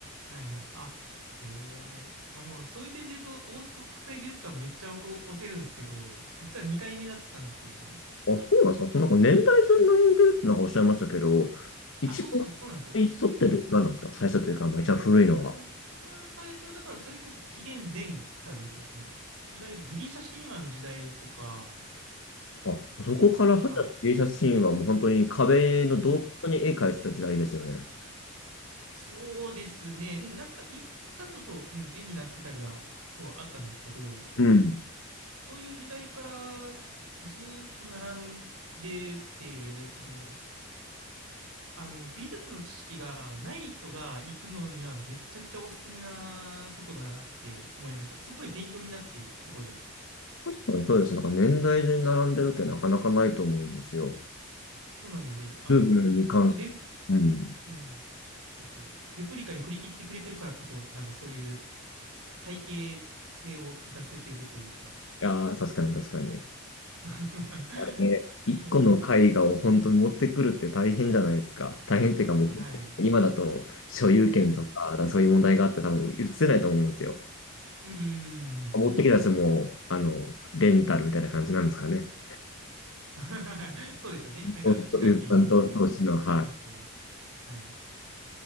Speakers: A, on the right (about 80°); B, on the left (about 60°).
A: はいはい。あ、へえ。あ、もうそういう点で言うと、大塚国際美術館めっちゃ僕押せるんですけど、実は2回目だったんですけどね。
B: あ、そうなんですか。そのなんか年代順に並んでるってなんかおっしゃいましたけど、一番最初ってどれなんですか最初というか、
A: あ、そうそうそう、そうなんですよ。はい。
B: まあ、一番古いのは。
A: あ一番最初は、だからそれこそ紀元前からですよね。いわゆるギリシャ神話の時代とか、
B: あ、そこから始まった芸術シーンはもう本当に壁の洞窟に絵描いてた時代ですよね。
A: なんか、はい。そうですね。うんなんか意外とちゃんとそう、うん、絵になってたりは、そう、あったんですけど、そう。
B: うん
A: そういう時代からずーっと並んでて、で、その、あの、美術の知識がない人が行くのにはめちゃくちゃおすすめなとこだなって思いました。すごい勉強になって、そこで。
B: 確かにそうですね。なんか年代順に並んでるってなかなかないと思うんですよ。
A: そうなんです。あの、
B: 部分に関して。
A: 本当レ、
B: うん。い
A: うん、そうそう。レプリカに振り切ってくれてるからこそ、なんかそういう体系性を出せてるというか。
B: やー、確かに確かに。いや
A: <laughs>
B: ね一個の絵画を本当に持ってくるって大変じゃないですか。
A: そうなんです。
B: 大変っていうかもう、
A: はい。
B: 今だと所有権とか、
A: はい。
B: だからそういう問題があって多分映せないと思うんですよ。
A: うんうんうん
B: 持ってきた人も、あの、レンタルみたいな感じなんですかね。
A: <laughs> そうですよね。なんか期間限定でありますよって。
B: そうそう担当投資の、はい。
A: はい。